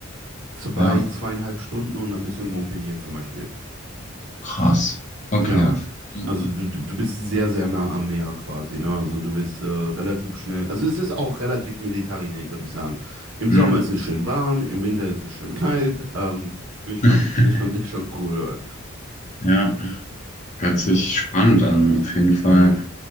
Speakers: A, on the right (about 75°); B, on the left (about 35°).
A: zwei,
B: Ja,
A: zweieinhalb Stunden und dann bist du in Montpellier zum Beispiel.
B: krass. Okay,
A: Ja,
B: ja. Ja.
A: also du, du du bist sehr, sehr nah am Meer quasi, ne? Also du bist äh, relativ schnell. Also es ist auch relativ mediterran, würde ich sagen. Im
B: Hm.
A: Sommer ist es schön warm, im Winter ist es schön kalt. Ähm, ist
B: <laughs>
A: schon, ist schon, ist schon cool.
B: Ja, hört
A: Hm,
B: sich spannend an, auf jeden Fall.
A: Ja.